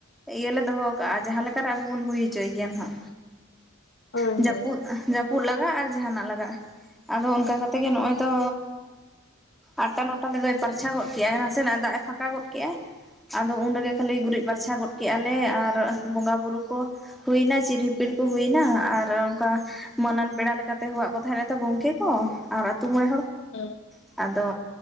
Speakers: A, in the centre; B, on the left (about 60°).
A: ᱤᱭᱟᱹᱞᱮ ᱫᱚᱦᱚ ᱠᱟᱜᱼᱟ ᱡᱟᱦᱟᱸ ᱞᱮᱠᱟᱨᱮ ᱟᱵᱚ ᱵᱚᱱ ᱦᱩᱭ ᱦᱚᱪᱚᱭ ᱜᱮᱭᱟ <unintelligible>
B: ᱦᱳᱭ
A: ᱡᱟᱹᱯᱩᱫ
B: ᱦᱳᱭ
A: ᱡᱟᱹᱯᱩ <unintelligible> ᱞᱟᱜᱟᱜᱼᱟ ᱟᱨ ᱡᱟᱦᱟᱱᱟᱜ ᱞᱟᱜᱟᱜ ᱟᱫᱚ ᱚᱱᱠᱟ ᱠᱟᱛᱮᱜ ᱜᱮ ᱱᱚᱜᱼᱚᱭ ᱛᱚ ᱟᱴᱴᱟ ᱱᱚᱴᱟ ᱛᱮᱫᱚᱭ ᱯᱟᱨᱪᱷᱟ ᱜᱚᱫ ᱠᱮᱜᱟᱭ ᱱᱟᱥᱮᱱᱟᱜ ᱫᱟᱜ ᱮ ᱯᱷᱟᱸᱠᱟ ᱜᱚᱫ ᱠᱮᱜᱟᱭ ᱟᱫᱚ ᱩᱱᱨᱮᱜᱮ ᱠᱷᱟᱹᱞᱤ ᱜᱩᱨᱤᱡ ᱯᱷᱟᱨᱪᱟ ᱜᱚᱫ ᱠᱮ ᱟᱞᱮ ᱟᱨ ᱵᱚᱸᱜᱟ ᱵᱩᱨᱩ ᱠᱚ ᱦᱩᱭᱱᱟ ᱪᱤᱨ ᱦᱤᱯᱤᱲ ᱦᱩᱭᱱᱟ ᱟᱨ ᱚᱱᱠᱟ ᱢᱟᱹᱱᱟᱱ ᱯᱮᱲᱟ ᱞᱮᱠᱟᱛᱮ ᱦᱚᱦᱚᱣᱟᱫ ᱠᱚ ᱛᱟᱦᱮᱸᱱᱟ ᱛᱚ ᱜᱚᱢᱠᱮ ᱠᱚ ᱟᱨ ᱟᱛᱳ ᱢᱚᱬᱮ ᱦᱚᱲ ᱠᱚ
B: <unintelligible>
A: ᱟᱫᱚ